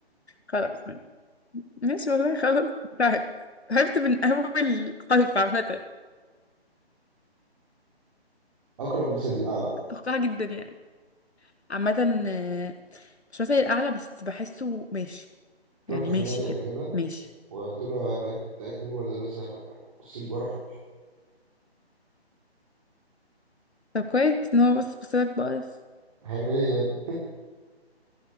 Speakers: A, on the left; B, on the right.
A: خلاص ماشي والله خلاص تعبت تعبت من أول حرف عامة
B: أكرم مثل الأعلى
A: توقع جدا يعني عامة آه، مش مثلي الأعلى بس بحسه ماشي
B: شفته
A: يعني
B: في
A: ماشي
B: النادي قبل
A: كده
B: كده
A: ماشي
B: وقلت له لقيت لقيت نور ولا لسه يا فنان بص لي بقرف ومشي
A: طب كويس إن هو بص بص لك بقف
B: هيعمل إيه يعني؟